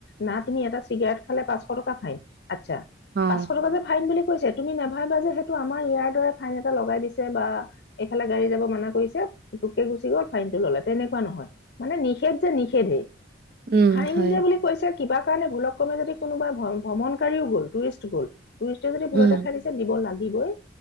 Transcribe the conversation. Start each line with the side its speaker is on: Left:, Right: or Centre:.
Left: না তুমি এটা চিগাৰেট খালে পাঁচশ টকা ফাইন। আচ্ছা,
Right: অ
Left: পাঁচশ টকা যে ফাইন বুলি কৈছে, তুমি নাভাবিবা যে সেইটো আমাৰ ইয়াৰ দৰে ফাইন এটা লগাই দিছে বা ই এইালে গাড়ী যাব মানা কৰিছে। পুতুককে ফাইন টো ললে তেনেকুৱা নহয়। মানে নিষেধ যে নিষেধে।
Right: উম
Left: ফাইন
Right: হয়
Left: যে বুলি কৈছে, কিবা কাৰণে ভুলক কমে যদি কোনোবা, ভয় ভ্ৰমণকাৰীও গ'ল, টুৰিষ্ট গ'ল। টুষ্টে যদি ভুলতে
Right: উম
Left: খাই দিছে দিব লাগে দিবই